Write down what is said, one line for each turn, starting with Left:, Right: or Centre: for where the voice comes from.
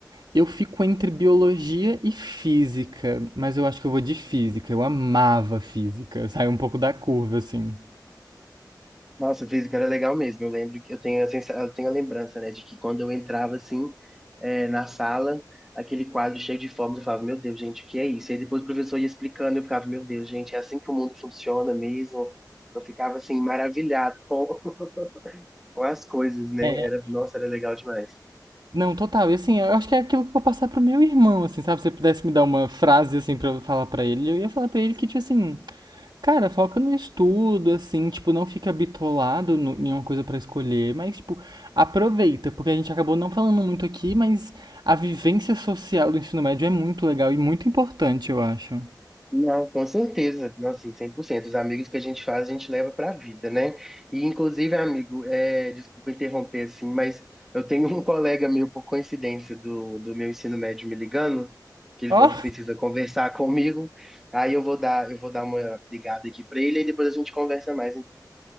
Right: eu fico entre biologia e física, mas eu acho que eu vou de física. Eu amava física, saiu um pouco da curva, assim.
Centre: Nossa, física era legal mesmo. Eu lembro que eu tenho a sensa... eu tenho a lembrança, né, de que quando eu entrava assim, é, na sala, aquele quadro cheio de formas, eu falava, meu Deus, gente, o que é isso? E depois o professor ia explicando, eu ficava, meu Deus, gente, é assim que o mundo funciona mesmo. Eu ficava assim maravilhado com, <laughs> com as coisas, né?
Right: É.
Centre: Era, nossa, era legal demais.
Right: Não, total. E assim, eu acho que é aquilo que eu vou passar pro meu irmão, assim, sabe? Se eu pudesse me dar uma frase, assim, pra eu falar pra ele, eu ia falar pra ele que, tipo assim, Cara, foca no estudo, assim, tipo, não fica bitolado no, em uma coisa pra escolher, mas, tipo, aproveita, porque a gente acabou não falando muito aqui, mas a vivência social do ensino médio é muito legal e muito importante, eu acho.
Centre: Não, com certeza. Não, sim, 100%. Os amigos que a gente faz, a gente leva para a vida, né? E, inclusive, amigo, é, desculpa interromper, assim, mas eu tenho um <laughs> colega meu, por coincidência, do, do meu ensino médio me ligando, que ele
Right: Ó,
Centre: falou que precisa conversar <laughs> comigo. Aí eu vou dar, eu vou dar uma ligada aqui para ele e depois a gente conversa mais.